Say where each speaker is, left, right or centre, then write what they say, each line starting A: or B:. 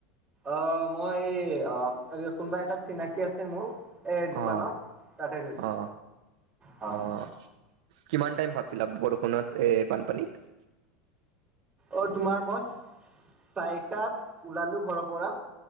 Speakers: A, on the right; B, on the right.
A: অ মই এই কোনোবা এটা চিনাকি আছে মোৰ। এই দোকানত
B: অ
A: তাতে থৈছো
B: অ
A: হয়।
B: অ কিমান টাইম ফাছিলা বৰষুণত এই বানপানীত।
A: অ তোমাৰ মই চাৰিটাত ওলালোঁ ঘৰৰ পৰা।